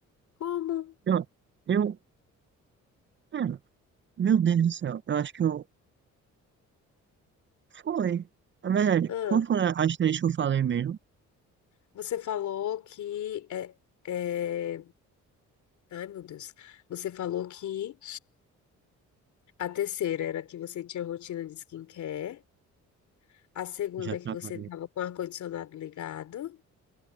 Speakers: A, on the left; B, on the right.
A: como.
B: Eu, eu, pera. Meu Deus do céu. Eu acho que eu Foi. Na verdade,
A: Ah,
B: como foram as três que eu falei mesmo?
A: você falou que é, é... Ai, meu Deus. Você falou que A terceira era que você tinha rotina de skincare. A segunda
B: Já
A: é
B: trabalhei.
A: que você estava com o ar-condicionado ligado.